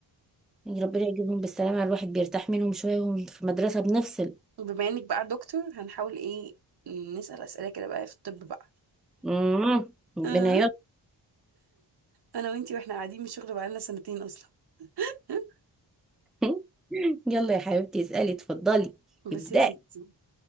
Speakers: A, in the centre; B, on the right.
A: يعني ربنا يجيبهم بالسلامه الواحد بيرتاح منهم شويه وهم في مدرسه بنفصل
B: <laughs> بما انك بقى دكتور هنحاول ايه نسأل أسئلة كده بقى في الطب بقى
A: امم ربنا
B: آه، انا وانتي واحنا قاعدين من الشغل بقالنا سنتين اصلا <laughs>
A: <laughs> يلا يا حبيبتي اسألي اتفضلي
B: بصي
A: ابدأي
B: يا ستي